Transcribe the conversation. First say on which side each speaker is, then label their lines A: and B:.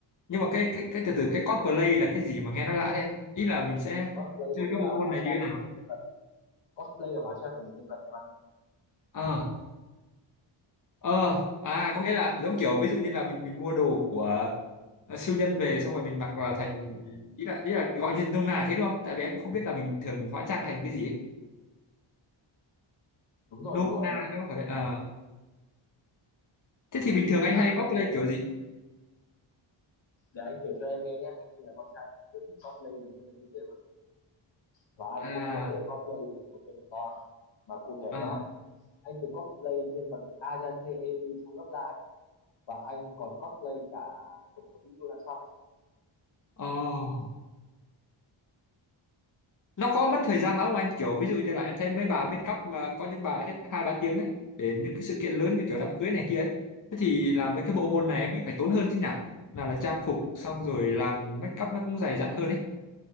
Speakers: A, on the left (about 40°); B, on the left (about 65°).
A: Nhưng mà cái cái cái từ từ
B: ừ
A: cái cosplay là cái gì mà nghe nó lạ thế? anh? Ý là mình sẽ
B: cosplay
A: chơi
B: có nghĩa
A: cái bộ
B: là
A: môn
B: hóa
A: này như
B: trang
A: thế nào?
B: thành một nhân vật ạ. cosplay là hóa trang thành một nhân vật em ạ
A: Ờ, ờ, à có nghĩa là giống kiểu ví dụ như là mình mình mua đồ của Ờ, siêu nhân về xong rồi mình mặc vào thành ý là ý là gọi như nôm na là thế đúng không tại vì em cũng không biết là mình thường hóa trang thành cái gì ấy.
B: đúng rồi
A: nôm
B: đúng rồi
A: na
B: em ạ
A: nó có phải vậy
B: mình
A: Ờ. thế thì bình thường anh hay
B: em có
A: cosplay
B: đang kể
A: kiểu
B: không
A: gì
B: để anh kể cho em nghe nhé anh thì là con trai anh rất thích cosplay là nhân vật nữ em ạ và anh
A: à
B: cũng có thể cosplay thành một nhân vật nam mà cụ thể
A: à
B: nhá anh được cosplay nhân vật Ajace Eri trong Love Live và anh còn cosplay cả tổng thống Mỹ Donald Trump
A: oh. nó có mất thời gian lắm không anh kiểu ví dụ như là em thấy mấy bà make up mà có những bà hết hai ba tiếng ấy để những cái sự kiện lớn như kiểu đám cưới này kia ấy thế thì làm mấy cái bộ môn này em nghĩ phải tốn hơn chứ nhỉ nào là trang phục xong rồi làm make up nó cũng dày dặn hơn ấy